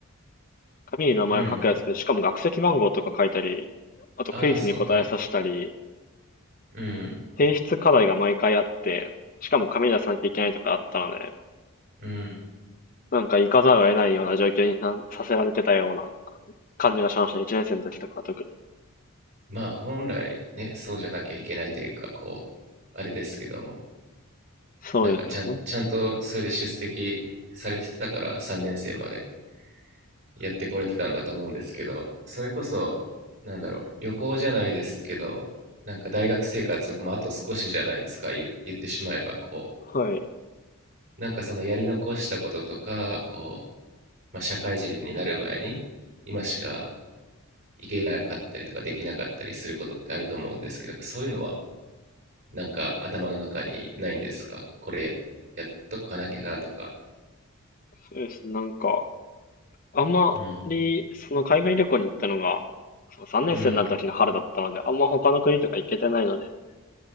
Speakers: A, on the left; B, on the right.
A: 紙に名前を書くやつで、
B: うん
A: しかも学籍番号とか書いたり、あとクイズに答えさせたり、
B: ああそうかうん
A: 提出課題が毎回あって、しかも紙に出さなきゃいけないとかあったので、
B: うん
A: なんか行かざるを得ないような状況になさせられてたような感じがしましたね。1年生の時とかは特に。
B: まあ本来ねそうじゃなきゃいけないというかこうあれですけども
A: そうですね。
B: なんかちゃん、
A: ほん、
B: ちゃんとそれで出席されてたから3年生までやってこれてたんだと思うんですけど、それこそ、なんだろう、旅行じゃないですけど、なんか大学生活もあと少しじゃないですか、言言ってしまえば、こ
A: はい。
B: う、なんかそのやり残したこととか、こう、まあ、社会人になる前に、今しか行けなかったりとかできなかったりすることってあると思うんですけど、そういうのはなんか頭の中にないんですかこれや、やっとかなきゃなとか。
A: そうですね。なんか、あんまり、
B: うん。
A: その海外旅行に行ったのが、その3年生になる時の春だったので、
B: うん。
A: あんま他の国とか行けてないので、